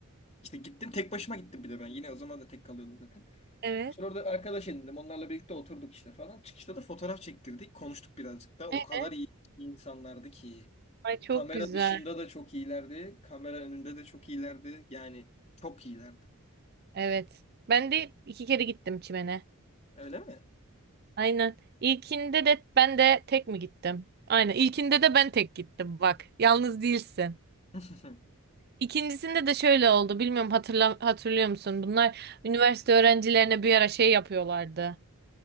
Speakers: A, on the left; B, on the right.
A: İşte gittim tek başıma gittim bir de ben. Yine o zaman da tek kalıyordum zaten.
B: Evet.
A: Sonra orada arkadaş edindim. Onlarla birlikte oturduk işte falan. Çıkışta da fotoğraf çektirdik. Konuştuk birazcık da. O
B: Evet,
A: kadar iyi insanlardı ki.
B: Ay çok
A: Kamera
B: güzel.
A: dışında da çok iyilerdi. Kamera önünde de çok iyilerdi. Yani çok iyilerdi.
B: Evet. Ben de iki kere gittim çimene.
A: Öyle mi?
B: Aynen. İlkinde de ben de tek mi gittim? Aynen. İlkinde de ben tek gittim bak. Yalnız değilsin.
A: <laughs>
B: İkincisinde de şöyle oldu. Bilmiyorum hatırla hatırlıyor musun? Bunlar üniversite öğrencilerine bir ara şey yapıyorlardı.